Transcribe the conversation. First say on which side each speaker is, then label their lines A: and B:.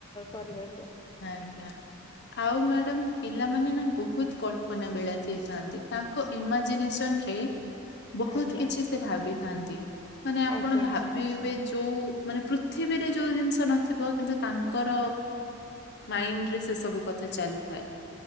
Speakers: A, on the left; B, on the left.
A: କରିବାକୁ
B: ଆ ଆଜ୍ଞା ଆଉ ମ୍ୟାଡାମ ପିଲାମାନୋନେ ନା ବହୁତ କଳ୍ପନା ମିଳା ଥାନ୍ତି ତାଙ୍କ ଇମାଜିନେସନ ରେ ବହୁତ
A: ଆଜ୍ଞା
B: କିଛି ସେ ଭାବିଥାନ୍ତି ମାନେ ଆପଣ
A: ଆଜ୍ଞା
B: ଭାବିବେ ଯୋଉ ମାନେ ପୃଥିବୀରେ ଯୋଉ ଜିନିଷ ନଥିବ କିନ୍ତୁ ତାଙ୍କର ମାଇଣ୍ଡ ରେ ସେ ସବୁ କଥା ଚାଲିଥାଏ